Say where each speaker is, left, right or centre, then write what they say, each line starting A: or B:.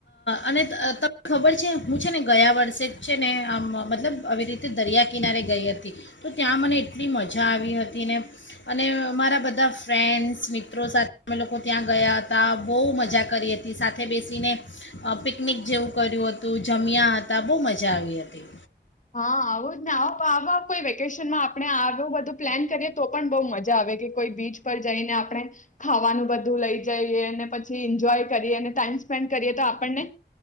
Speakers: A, on the left (about 80°); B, on the left (about 40°).
A: અને તને ખબર છે હું છે ને ગયા વર્ષે જ ને આ મતલબ આવી રીતે દરિયા કિનારે ગઈ હતી તો ત્યાં મને એટલી મજા આવી હતી ને અને મારા બધા ફ્રેન્ડ્સ મિત્રો સાથે અમે લોકો ત્યાં ગયા હતા બહુ મજા કરી હતી. સાથે બેસીને પિકનિક જેવું કર્યું હતું જમ્યા હતા બહુ મજા આવી હતી.
B: હા આવું જ ને આવ આવ કોઈ વેકેશન માં આપણે આવું બધું. પ્લાન કરીએ તો પણ બહુ મજા આવે કે કોઈ બીચ પર જઈને આપણે ખાવાનું બધું લઈ જઈએ અને પછી એન્જોય કરીએ ટાઈમ સ્પેન્ડ કરીએ તો આપણને